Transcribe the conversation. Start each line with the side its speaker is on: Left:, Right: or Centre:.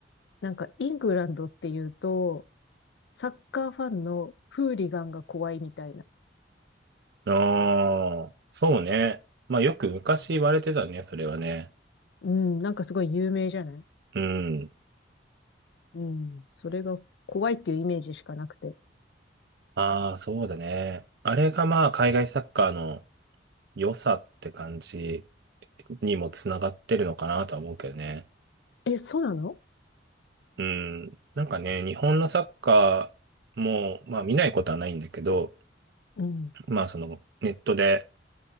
Left: なんか、イングランドっていうと、サッカーファンのフーリガンが怖いみたいな。
Right: ああ、そうね。まあ、よく昔言われてたね、それはね。
Left: うん、なんかすごい有名じゃない
Right: うん。
Left: うん、それが怖いっていうイメージしかなくて。
Right: ああ、そうだね。あれがまあ、海外サッカーの良さって感じにもつながってるのかなとは思うけどね。
Left: え、そうなの
Right: うん。なんかね、日本のサッカーも、まあ、見ないことはないんだけど、
Left: うん、
Right: まあそのネットで、